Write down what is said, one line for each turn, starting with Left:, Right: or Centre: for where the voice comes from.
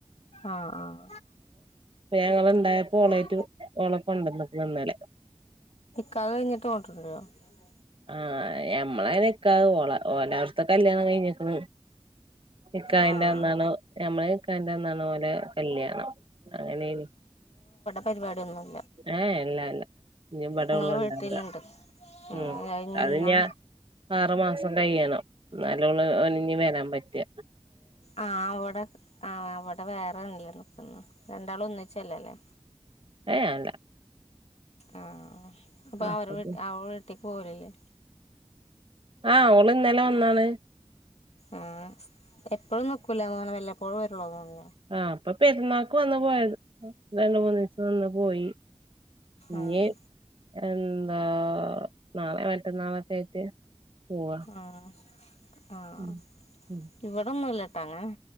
Left: ആഹ ആഹ
Right: ഞങ്ങള്ണ്ടായപ്പോ ഓളേറ്റ്
Left: ആഹ
Right: ഓളെ കൊണ്ടന്ന്ക്ക്ണ് ഇന്നലെ
Left: കല കഴിട്ട് പോണ്ടിട്ടുണ്ടല്ലോ <unintelligible>
Right: ആഹ ഞമ്മളെ നിക്കാഹ് ഓളെ ഓലെ അവിടുത്തെ കല്യാണം കഴിഞ്ഞക്കുന്നു നിക്കാഹിന്റെ
Left: ആഹ്
Right: അന്നാണോ ഞമ്മളെ നിക്കാഹിന്റെ അന്നാണോ കല്യാണം അങ്ങനെ ആയിനൂ
Left: പരിപാടി ഒന്നും
Right: ഏ അല്ലാ അല്ല ഇനി എവിടെ
Left: ഇങ്ങളെ
Right: ഒള്ളൂ ഉണ്ടാവാ
Left: വീട്ടില്ണ്ട് ഏഹ്
Right: ഉ
Left: കഴിഞ്ഞെന്നാ
Right: അത് ഞാ ആറു മാസം സം കഴിയ്യണം എന്നാല്ഓൾ ഓൻ വരാൻ പറ്റി
Left: ആഹ അവിടെ ആ അവിടെ വേറെണല്ലേ നക്കുന്നു രണ്ടാള ഒന്നിച്ചല്ലല്ലേ
Right: ഏ അല്ല
Left: ആഹ അപ്പൊ
Right: ആഹ്
Left: അവര്
Right: അപ്പ
Left: വ അവ വീട്ടിക്ക് പോലല്ലേ
Right: ആഹ് ഓള് ഇന്നലെ വന്നാണ്
Left: ആ എപ്പോഴും നിക്കുലെ വല്ലപ്പോഴും വരുള്ളൂോ
Right: ആഹ അപ്പൊ പെരുന്നാക്ക് വന്ന പോയത് രണ്ട് മൂന്ന് ദിവസം നിന്ന് പോയി ഇഞ്ഞ്
Left: ആഹ
Right: എന്താ നാളെ മറ്റന്നാളൊക്കെ ആയിട്ട് പോവാ
Left: ആഹ ആഹ
Right: ഉം ഉം
Left: ഇവിടൊന്നുംല്ലട്ടാങ്ങ